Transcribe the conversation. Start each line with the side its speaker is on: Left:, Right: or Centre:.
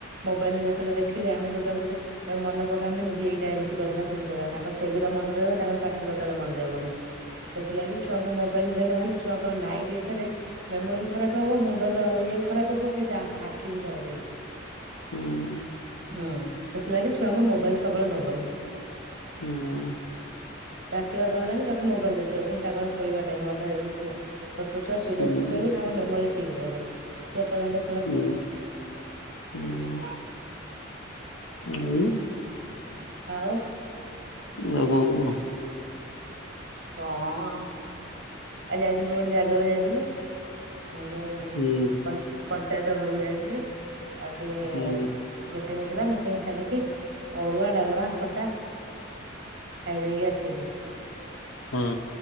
Right: ମୋବାଇଲ ରେ ଯେତେବେଳେ ଦେଖିଲେ ଆମେ ଯୋଉଟା ଗୋଟେ ମନ ପକାନ୍ତେନ କି ଏଇଟା ଏମିତି କରିଥିଲା ସେମିତି କରିଥିଲା ତାଙ୍କ ସେଗଡ଼ା ମନେ ରହିବ ତାଙ୍କର ପାଠ ଟୋଟାଲ ମନେ ରହିବନି। ସେଥିଲାଗି ଛୁଆଙ୍କୁ ମୋବାଇଲ ଦେଲେ ମାନେ ଛୁଆଙ୍କର ଲାଇଟ ଏଥିରେ ମେମୋରି ଖରାପ ହବ ମୁଣ୍ଡ ଇଏ ଖରାପ ହବ ବି ତାଙ୍କ ଆଖି ବି ଖରାପ ହେଇଯିବ।
Left: ହୁଁ।
Right: ହୁଁ ସେଥିଲାଗି ଛୁଆଙ୍କୁ ମୋବାଇଲ୍ ସବୁବେଳେ ଦବନି।
Left: ହୁଁ।
Right: ରାତି ଅଧା ହେଲାଣି ତାକୁ ମୋବାଇଲ ଦେଇଚ ତାଙ୍କର ଶୋଇବା ଟାଇମ ଅଧା ହେବଣି ସୁଆ। ଛୋଟ ଛୁଆ
Left: ହୁଁ
Right: ଯେତେ ଶୋଇବେ ତାଙ୍କ ମେମୋରି ଠିକ୍ ରହିବ ସେ ପର୍ଯ୍ୟନ୍ତ
Left: ହୁଁ ହୁଁ ଆଉ
Right: ଆଉ
Left: ଆଉ କଣ କୁହ?
Right: କଣ ଆଜି ଯାଇଥିଲୁ ଗୋଟେ ଜାଗାକୁ ଯାଇଥିଲୁ। ଯୋଉ
Left: କୁହ
Right: ପଞ୍ଚାୟତ ଘରକୁ ଯାଇଥିଲି। ଆଉ ଟିକେ
Left: ହୁଁ ହୁଁ
Right: ମିଟିଂ ଥିଲା ମିଟିଂ ସାରିକି ଅରୁଆ ଡାଲମା ଖଟା ଖାଇଦେଇକି ଆସିଲି।
Left: ହଁ।